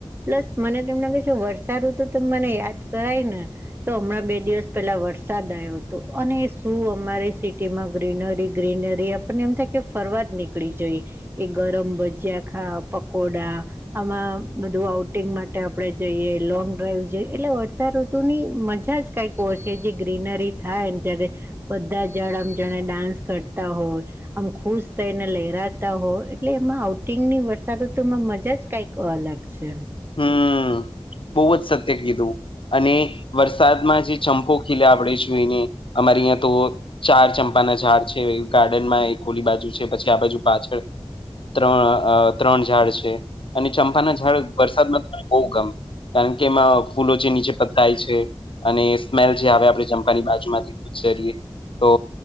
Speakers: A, on the right; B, on the left.
A: પ્લસ મને તો એમ લાગે છે વર્ષાઋતુ તો મને યાદ કરાય ને તો હમણાં બે દિવસ પહેલા વરસાદ આયો. તો અને શું અમારી સિટીમાં ગ્રીનરી ગ્રીનરી આપણને એમ થાય કે ફરવા જ નીકળી જોઈએ. એ ગરમ ભજીયા ખાવ પકોડા આમાં બધું આઉટિંગ માટે આપણે જઈએ, લોંગ ડ્રાઈવ જઈ એટલે વર્ષાઋતુની મજા જ કંઈક હોય છે જે ગ્રીનરી થાય અને જ્યારે બધા જ ઝાડ આમ જાણે ડાન્સ કરતા હોય. આમ ખુશ થઈને લહેરાતા હોય એટલે એમાં આઉટિંગની વર્ષાઋતુમાં મજા જ કઈક અલગ. છે.
B: હા બહુ જ સત્ય કીધું. અને વરસાદમાં જે ચંપો ખીલે આપણેે જોઈને અમારે યા તો ચાર ચંપાના ઝાડ છે ગાર્ડનમાં એક ઓલી બાજુ છે પછી આ બાજુ પાછળ ત્રણ અ ત્રણ ઝાડ છે અને ચંપાના ઝાડ વરસાદમાં બહુ ગમ કારણ કે એમાં ફૂલો જે નીચે પથરાય છે અને એ સ્મેલ જે આવે આપણે ચંપાની બાજુમાંથી ગુજરીએ તો